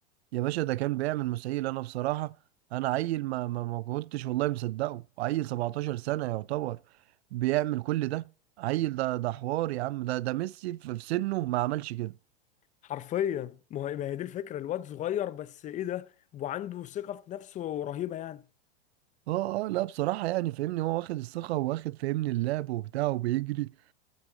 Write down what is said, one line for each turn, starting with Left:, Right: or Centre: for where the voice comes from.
Right: يا باشا ده كان بيعمل مسائل انا بصراحة انا عيل ما ما ما كنتش والله مصدقه عيل 17 سنة يعتبر بيعمل كل ده عيل ده ده حوار يا عم ده ده ميسي في في سنه ما عملش كده
Left: حرفيا ما هي ما هي دي الفكره الواد صغير بس ايه ده وعنده ثقه في نفسه رهيبه يعني
Right: اه اه لا بصراحة يعني فاهمني هو واخد الثقة واخد فاهمني اللعب وبتاع وبيجري